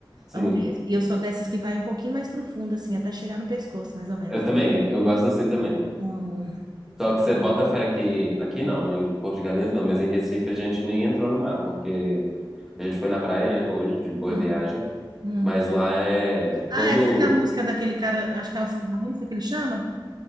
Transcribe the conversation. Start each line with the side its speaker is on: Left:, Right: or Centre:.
Centre: Sim.
Right: Amo mesmo. E eu sou dessas que vai um pouquinho mais profundo, assim, até chegar no pescoço, mais ou menos.
Centre: Eu também, eu gosto assim também.
Right: Amo.
Centre: Só que você bota fé que aqui
Right: Hum,
Centre: não, né? Em Porto de Galinhas não, mas em Recife a gente nem entrou no mar, porque a gente foi na praia, né, hoje, de boa
Right: hum,
Centre: viagem.
Right: hum.
Centre: Mas lá é
Right: Ah,
Centre: todo.
Right: essa que é a música daquele cara, eu acho que é o Silvarense que ele chama?